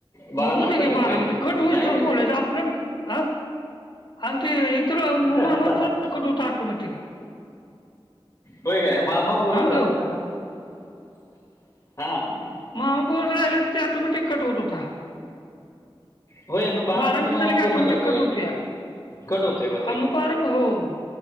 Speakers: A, on the left (about 35°); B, on the left (about 55°).
A: बाराला
B: मगं होदे
A: कट
B: गी
A: होतोय
B: बारा म्हण कट होस
A: नाही
B: तरं बोलायचं आपल्या हं <unintelligible> अ इथर मम
A: चालतंय.
B: फोन होत आऑटोमॅटिक <unintelligible>
A: होय कायं बाबा
B: हा
A: बोलत
B: हॅलो
A: राहातात नां <unintelligible> हां <unintelligible>
B: मामाबोलत राहिला तरं तो ऑटोमेटिक कट होतं होता <unintelligible>
A: होय मग
B: बारा
A: मिनिटं
B: मिटर
A: मामा
B: झाली की
A: पूर्ण
B: आठोमटिक
A: करतोय
B: कट होतू यां <unintelligible>
A: कट होते <unintelligible>
B: हा मगं परार होय <unintelligible>